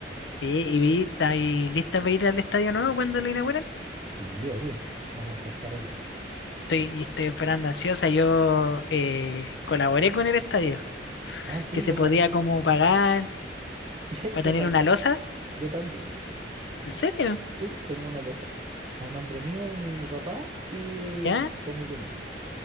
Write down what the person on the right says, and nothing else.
Sí, obvio, vamos a estar allá.
Ah, sí,
yo,
ta-
<laughs>
yo
también,
yo también.
Sí, tengo una losa a nombre mío, de mi papá y de
con mi cuñado.